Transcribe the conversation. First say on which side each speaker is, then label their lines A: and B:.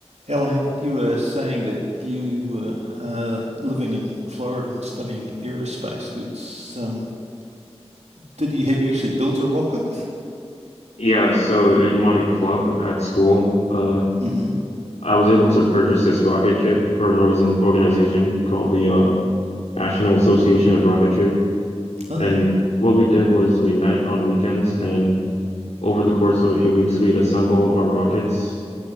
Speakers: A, on the right; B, on the left.
A: Elaine, you were saying that you were uh, living in Florida and studying aerospace. Which, um, did you had you actually built a rocket?
B: Yeah, so in my club at school, uh,
A: hmm
B: I was able to purchase this rocket kit for an organ organization called the uh, National Association of Rocketry.
A: Oh
B: And
A: yeah.
B: what we did was we met on weekends, and over the course of a few weeks, we'd assemble our rockets.